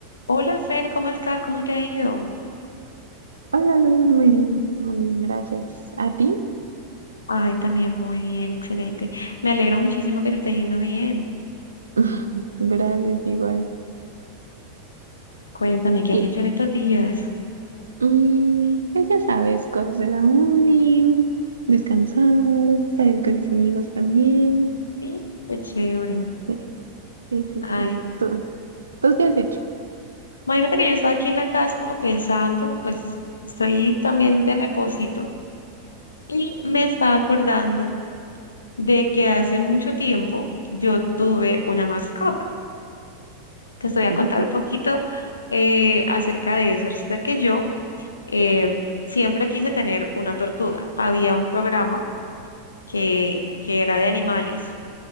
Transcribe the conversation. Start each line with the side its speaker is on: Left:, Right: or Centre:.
Left: Hola Fer, ¿cómo estás? ¿Cómo te ha ido?
Right: Hola Luz, muy bien, muy bien, gracias. ¿A ti?
Left: Ay, también muy bien, excelente. Me alegro muchísimo que te esté yendo bien.
Right: <laughs> Gracias, igual.
Left: Cuéntame, ¿qué
Right: Y
Left: has hecho en estos días?
Right: mm, pues ya sabes, cosas de la uni, descansar, salir con mis amigos también.
Left: Sí, qué chévere.
Right: Sí, sí, sí.
Left: Ay,
Right: sí. ¿Tú, tú qué has hecho?
Left: imagínate que yo estaba aquí en la casa como pensando, pues estoy también de reposito y me estaba acordando de que hace mucho tiempo yo tuve una mascota. Te voy a
Right: Sí.
Left: contar un poquito eh, acerca de eso. Resulta que yo eh, siempre quise tener una tortuga. Había un programa que, que era de animales,